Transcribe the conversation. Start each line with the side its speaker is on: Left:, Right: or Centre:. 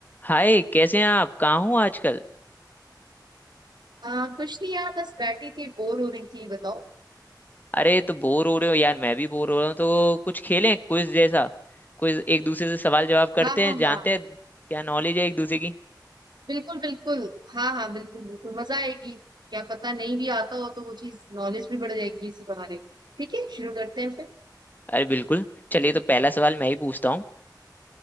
Left: हाय कैसे हैं आप कहाँ हो आजकल
Right: आ, कुछ नहीं यार बस बैठी थी बोर हो रही थी बताओ
Left: अरे तो बोर हो रहे हो यार मैं भी बोर हो रहा हूँ तो कुछ खेलें क्विज जैसा क्विज एक दूसरे से सवाल जवाब करते
Right: हाँ हाँ
Left: हैं जानते
Right: हाँ
Left: हैं क्या नॉलेज है एक दूसरे की
Right: बिल्कुल बिल्कुल हाँ हाँ बिल्कुल बिल्कुल मजा आएगी क्या पता नहीं भी आता हो तो वो चीज नॉलेज भी बढ़ जाएगी इसी बहाने ठीक है शुरू करते हैं फिर
Left: अरे बिल्कुल चलिए तो पहला सवाल मैं ही पूछता हूँ